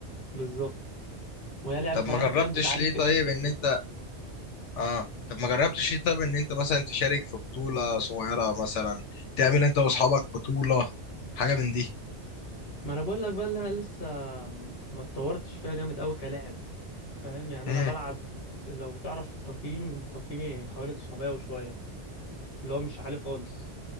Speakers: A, on the left; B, on the left.
A: بالظبط وهي لعبة
B: طب
A: كمان
B: ما جربتش
A: فاهم بتعلي
B: ليه
A: الكريتيف
B: طيب
A: ثينكينج.
B: ان انت اه طب ما جربتش ليه طيب ان انت مثلا تشارك في بطولة صغيرة مثلا تعمل انت واصحابك بطولة حاجة من دي
A: ما انا بقول لك بقى اللي انا لسه ما اتطورتش فيها جامد قوي كلاعب فاهم يعني
B: امم
A: انا بلعب لو تعرف تقييم تقييمي حوالي 900 وشويه اللي هو مش عالي خالص